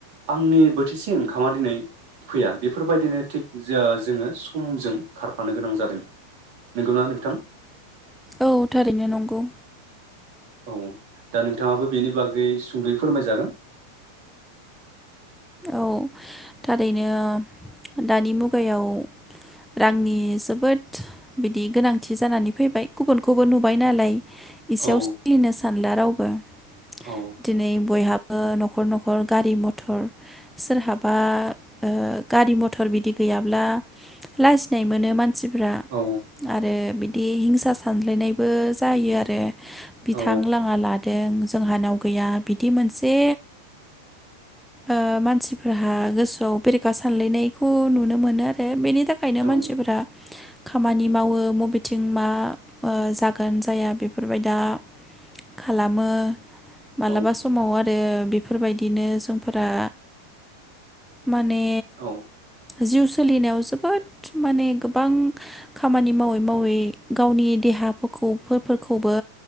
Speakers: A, on the right; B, in the centre.
A: आंनि बोथिसे ओंखामा दिनै फैया बेफोरबायदिनो थिग जे जोङो समजों खारफानो गोनां जादों नंगौना नोंथां?
B: औ थारैनो नंगौ।
A: औ दा नोंथाङाबो बेनि बागै सुंदयै फोरमायजागोन।
B: औ थारैनो दानि मुगायाव रांनि जोबोद बिदि गोनांथि जानानै फैबाय गुबुनखौबो नुबाय नालाय। इसेयाव
A: औ
B: सोलिनो सानला राव <unintelligible>
A: औ
B: दिनै बयहा ओ नखर नखर गारि मथर सोरहाबा ओ गारि मथर बिदि गैयाब्ला लाजिनाय मोनो मानसि। मानसिफ्रा
A: औ
B: आरो बि <unintelligible> हिंसा सानज्लायनायबो जायो आरो। बिथां
A: औ
B: लाङा लाद दों जोंहानाव गैया बिदि मोनसे ओ मानसिफोरहा गोसोआव बेरेखा सानलायनायखौ नुनो मोनो आरो बेनि नि थाखायनो
A: औ
B: मानसिफोरा खामानि मावो मबेथिं मा जागोन जाया बेफोरबाय दा खालामो मालाबा
A: औ
B: समाव आरो बेफोरबायदिनो सम फोरा माने
A: औ
B: जिउ सोलिनायाव जोबोद माने गोबां खामानि मावो मावै गावनि देहा खौ फोरखौबो